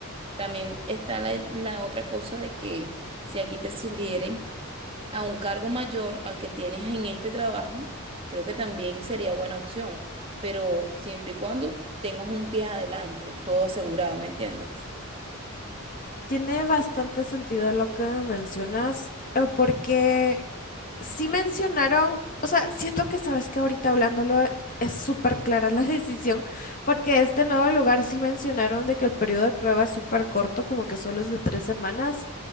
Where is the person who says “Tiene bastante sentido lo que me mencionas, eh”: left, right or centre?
Left